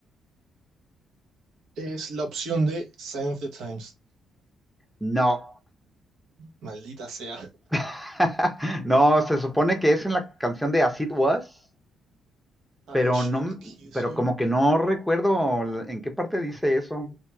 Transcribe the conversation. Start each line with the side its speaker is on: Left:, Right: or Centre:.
Right: Es la opción de Sign of the Times.
Centre: No.
Right: Maldita sea.
Centre: <laughs> No, se supone que es en la canción de As It Was,
Right: I
Centre: pero
Right: should
Centre: no,
Right: kiss
Centre: pero
Right: you.
Centre: como que no recuerdo en qué parte dice eso.